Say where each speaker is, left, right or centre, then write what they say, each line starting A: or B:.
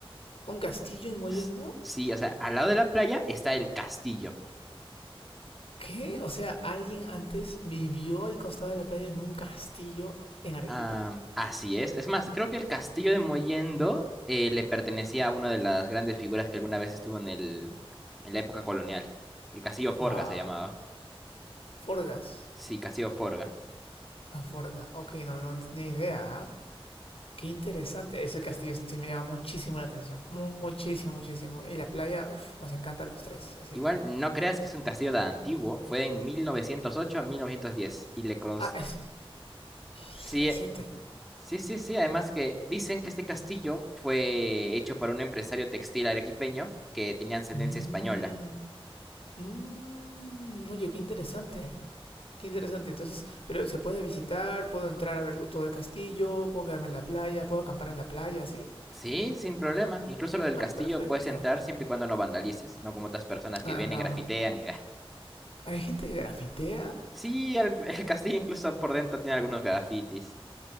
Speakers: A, on the left; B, in the centre.
A: ¿Un castillo en Mollendo?
B: S- Sí, o sea, al lado de la playa está el castillo.
A: ¿Qué? O sea, alguien antes vivió al costado de la playa en un castillo en Arequipa.
B: Ah, así es. Es más, creo que el castillo de Mollendo eh, le pertenecía a una de las grandes figuras que alguna vez estuvo en el, en la época colonial. El castillo Forga
A: ¡Wow!
B: se llamaba.
A: Forgas.
B: Sí, Castillo Forga.
A: Ah, Forga. Ok, no, no tenía idea. ¿ah? Qué interesante. Ese castillo sí me llama muchísimo la atención. Mu- Muchísimo, muchísimo. Y la playa, uff, nos encanta a los tres. Así
B: Igual
A: que.
B: no creas que es un castillo tan antiguo, fue en 1908 a 1910 y le cons-
A: Ah, es.
B: Sí,
A: es reciente.
B: eh, sí, sí, sí, además que dicen que este castillo fue hecho por un empresario textil arequipeño que tenía ascendencia
A: Mm,
B: española.
A: mm, oye, qué interesante. Qué interesante. Entonces, pero se puede visitar, puedo entrar a verlo todo el castillo, puedo quedarme en la playa, puedo acampar en la playa, ¿sí?
B: Sí, sin problema. Incluso lo del
A: Ah,
B: castillo
A: perfecto.
B: puedes entrar siempre y cuando no vandalices, no como otras personas que
A: Ah,
B: vienen,
A: no.
B: grafitean y... ah.
A: ¿Hay gente que grafitea?
B: Sí, el, <laughs> el castillo incluso por dentro tiene algunos grafitis.